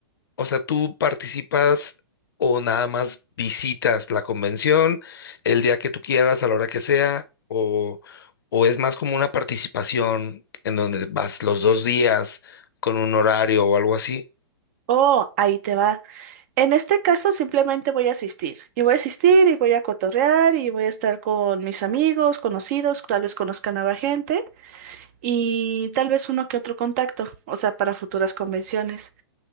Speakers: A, on the left; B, on the right.
A: O sea, ¿tú participas o nada más visitas la convención el día que tú quieras, a la hora que sea? ¿O, o es más como una participación en donde vas los dos días con un horario o algo así?
B: Oh, ahí te va. En este caso simplemente voy a asistir y voy a asistir y voy a cotorrear y voy a estar con mis amigos, conocidos, tal vez conozca nueva gente y tal vez uno que otro contacto, o sea, para futuras convenciones.